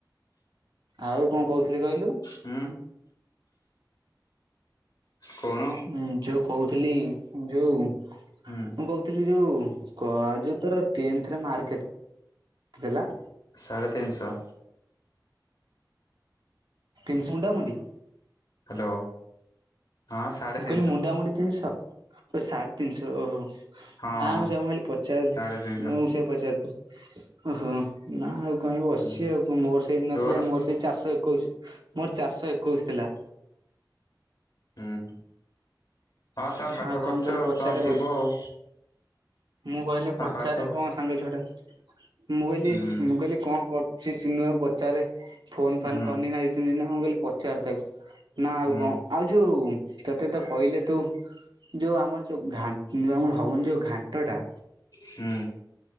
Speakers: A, on the right; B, on the left.
A: ଆଉ କଣ କହୁଥିଲି କହିଲୁ
B: ହୁଁ କହୁନୁ
A: ଉଁ ଯୋଉ କହୁଥିଲି ଯୋଉ ମୁଁ
B: ହୁଁ
A: କହୁଥିଲି ଯୋଉ କ ଆ ଯୋଉଁ ତୋର ଟେନଥ୍ ରେ ମାର୍କ କେତେ ଥିଲା?
B: ସାଢ଼େ ତିନିଶ।
A: ତିନିସ ମୁଣ୍ଡାମୁଡି?
B: ହ୍ୟାଲୋ ହଁ ସାଢେ
A: ମୁଁ
B: ତିନିଶହ
A: କହିଲି ମୁଣ୍ଡାମୁଡି ତିନିଶ? ଓ ସାଢେ ତିନିଶ ଓହୋ
B: ହଁ
A: ନା
B: ହଁ
A: ମୁଁ ସେୟା ମୁଁ ଖାଲି ପଚାରୁଛି
B: ସାଢେ ତିନିଶହ
A: ମୁଁ ସେୟା ପଚାରୁଥିଲ ଓହୋ ନା ଆଉ କାହିଁ ବସିଛି
B: ହୁଁ
A: ଆଉ ମୋର ସେଇଠି ନଥିଲା
B: ତୋର
A: ମୋର ସେଇ ଚାରିଶହ ଏକୋଇଶି ମୋର ଚାରିଶହ ଏକୋଇଶି ଥିଲା।
B: ହୁଁ। ହଁ ତମେ
A: ନା
B: ପାଠ
A: ଆଉ
B: ପଢୁଛ
A: କଣ କହିଲି ପଚାରେ
B: ତମେ ଥିବ
A: ଭ
B: ଆଉ
A: ମୁଁ କହିଲି
B: ତମେ
A: ପଚାରେ
B: ପାଠ
A: କଣ ସାଙ୍ଗ ଛୁଆଟା ମୁଁ କହିଲି
B: ହୁଁ
A: ମୁଁ କହିଲି କଣ କରୁଛି ସିିନୁଆକୁ ପ ପଚାରେ ଫୋନ୍
B: ହୁଁ
A: ଫାନ୍ କରିନି ନା ଦି ତିନି ଦିନ ମୁଁ କହିଲି ପଚାରି ତାକୁ। ନା ଆଉ
B: ହୁଁ
A: କଣ ଆଉ ଯୋଉ ତତେ ତ କହିଲେ ତୁ ଯୋଉ ଆମର ଯୋଉ ଘା ଆମର ହଉନି ଯୋଉ ଘାଣ୍ଟଟା
B: ହୁଁ